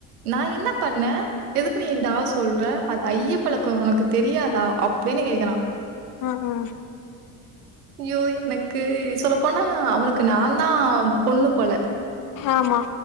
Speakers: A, on the right; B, on the left.
A: நா இன்ன பண்ண எதுக்கு நீ இந்த ஆள் சொல்ற அது ஐய்ய பழக்க உனக்கு தெரியாதா அப்படின்னு கேக்குறா
B: ஆஹ் ஆஹ்
A: யோ என க்கு சொல்ல போனா அவளுக்கு நா தா பொண்ணு போல
B: ஆமா